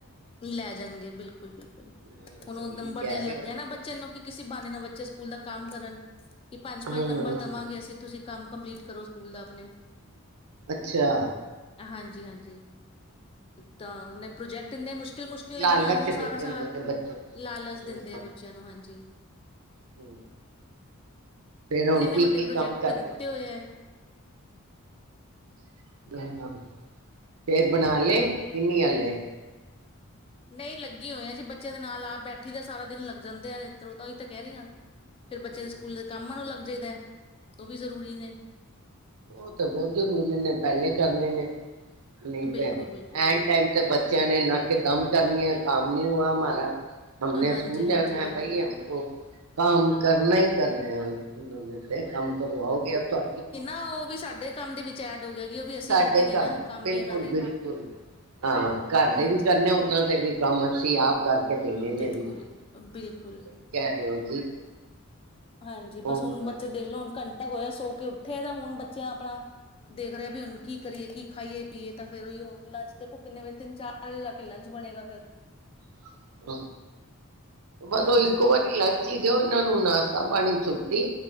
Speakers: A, on the left; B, on the right.
A: ਲੈ ਜਾਣਗੇ। ਬਿਲਕੁਲ-ਬਿਲਕੁਲ
B: ਹਾਂ
A: ਹੁਣ
B: ਸਹੀ
A: ਉਹ ਨੰਬਰ
B: ਕਹਿ
A: ਦੇਣ
B: ਰਹੇ
A: ਲੱਗਾ
B: ਹੋ,
A: ਐ ਨਾ ਬੱਚੇ ਨੂੰ ਕਿ ਕਿਸੇ ਬਹਾਨੇ ਨਾਲ ਬੱਚੇ ਬੱਚੇ ਸਕੂਲ ਦਾ ਕੰਮ ਕਰਨ ਕਿ ਪੰਜ-ਪੰਜ
B: ਹਾਂ।
A: ਨੰਬਰ ਦੇਵਾਂਗੇ ਅਸੀਂ ਤੁਸੀਂ ਕੰਮ ਕੰਪਲੀਟ ਕਰੋ ਸਕੂਲ ਦਾ ਆਪਣੇ।
B: ਅੱਛਾ।
A: ਹਾਂਜੀ ਹਾਂਜੀ। ਤਾਂ ਉਹਨੇ ਪ੍ਰੋਜੈਕਟ ਇੰਨੇ ਮੁਸ਼ਕਿਲ ਮੁਸ਼ਕਿਲ ਨੇ
B: ਲਾਲਚ
A: ਬਣਾਉਣ ਨੂੰ
B: ਦੇ
A: ਸਾਰਾ
B: ਦਿੰਦੇ
A: ਸਾਰਾ
B: ਨੇ ਬੱਚਿਆਂ ਨੂੰ।
A: ਲਾਲਚ
B: ਹਾਂ,
A: ਦਿੰਦੇ ਆ ਬੱਚਿਆਂ ਨੂੰ ਹਾਂਜੀ।
B: ਹੂੰ। ਫੇਰ ਹੁਣ
A: ਇੰਨੇ
B: ਕੀ-ਕੀ
A: ਵੱਡੇ ਪ੍ਰੋਜੈਕਟ
B: ਕੰਮ ਕਰਨੇ
A: ਦਿੱਤੇ ਹੋਏ ਐ।
B: <unintelligible> ਫੇਰ ਬਣਾ ਲਏ ਕਿ ਨਹੀਂ ਹਾਲੇ?
A: ਨਹੀਂ ਲੱਗੀ ਹੋਈਆ ਜੀ ਬੱਚਿਆਂ ਦੇ ਨਾਲ ਆਪ ਬੈਠੀ ਤਾਂ ਸਾਰਾ ਦਿਨ ਲੱਗ ਜਾਂਦੇ ਆ ਤਰੋ ਤਾਂ ਹੀ ਤਾਂ ਕਹਿ ਰਹੀ ਹ ਫੇਰ
B: ਹਾਂ।
A: ਬੱਚਿਆਂ ਦੇ ਸਕੂਲ ਦੇ ਕੰਮ ਨੂੰ ਲੱਗ ਦੇਖ ਦੇ ਹਾ ਉਹ ਵੀ ਜ਼ਰੂਰੀ ਨੇ।
B: ਉਹ ਤਾਂ ਬਹੁਤ ਜ਼ਰੂਰੀ ਨੇ ਪਹਿਲੇ ਕਰਨੇ ਨੇ। ਨਹੀਂ
A: ਬਿਲਕੁਲ-ਬਿਲਕੁਲ
B: ਤੈ ਐਨ ਟਾਈਮ ਤੇ ਬੱਚਿਆਂ ਨੇ ਨਾਕੇ ਦਮ ਕਰਨੀਆਂ ਕਾਮ- ਕਿਉ ਹਮਾਰਾ- ਹਮ ਨੇ
A: ਹਾਂਜੀ-ਹਾਂਜੀ
B: ਸਕੂਲ ਲਿਆਉਣਾ ਹੈ
A: ਬਿਲਕੁਲ।
B: ਬਾਈ ਹਮ ਕੋ ਕਾਮ ਕਰਨਾ ਹੀ ਕਰਨਾ ਉਹਨਾਂ ਨੇ ਤੇ ਕੰਮ ਕਰਵਾਓਗੇ ਅਬ ਤੁਹਾਡੀ-
A: ਤਾਂ ਉਹ ਵੀ ਸਾਡੇ ਕੰਮ ਦੇ ਵਿੱਚ ਐਡ ਹੋ ਗਿਆ- ਕਿ ਉਹ ਵੀ ਅਸੀਂ
B: ਸਾਡੇ
A: ਕਰਕੇ ਦੇਣਾ
B: ਕੰਮ ਬਿਲਕੁਲ
A: ਵੀ ਇਹਨਾਂ ਦੇ
B: ਬਿਲਕੁਲ, ਹਾਂ ਘਰ ਦੇ
A: ਹਾਂਜੀ
B: ਵੀ ਕਰਨੇ ਉਹਨਾਂ ਦੇ ਵੀ- ਕੰਮ ਅਸੀਂ ਆਪ ਕਰਕੇ ਦੇਣੇ
A: ਬਿਲਕੁਲ
B: ਨੇ ਉਹਨਾਂ ਨੂੰ
A: ਬਿਲਕੁ।
B: ਸਹੀ ਕਹਿ ਰਹੇ ਹੋ ਜੀ।
A: ਹਾਂਜੀ
B: ਹੋਰ
A: ਬਸ ਹੁਣ ਬੱਚੇ ਦੇਖ ਲਓ ਹੁਣ ਘਣ- ਤ ਗ ਹੋਇਆ ਸੋ ਕੇ ਉੱਠੇ ਤਾਂ ਹੁਣ ਬੱਚਿਆਂ ਆਪਣਾ ਦੇਖ ਰਿਹਾ ਵੀ ਹੁਣ ਕੀ ਕਰੀਏ ਕੀ ਖਾਈਏ ਪੀਏ ਤਾਂ ਫੇਰ ਉ ਉਹ ਲੰਚ ਦੇਖੋ ਕਿੰਨੇ ਵਜੇ ਤਿੰਨ ਚਾਰ ਵਜੇ ਜਾ ਕੇ ਲੰਚ ਬਣੇਗਾ ਫਿਰ
B: <inaudible> ਬਸ
A: ਹਾਂਜੀ
B: ਉਹ ਇੱਕੋ ਵਾਰੀ ਲੰਚ ਹੀ ਦੇਉ ਇਨੂੰ <unintelligible> ਚਾ ਪਾਣੀ ਛੁੱਟੀ